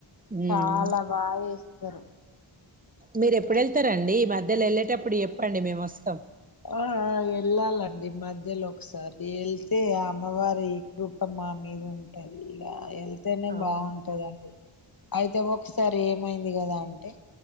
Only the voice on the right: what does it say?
హ్మ్
మీరు ఎప్పుడు వెళ్తారారంండి ఈ మధ్యలో వెళ్ళట ఎప్పుడు చెప్పండి మేము వస్తాం
అవును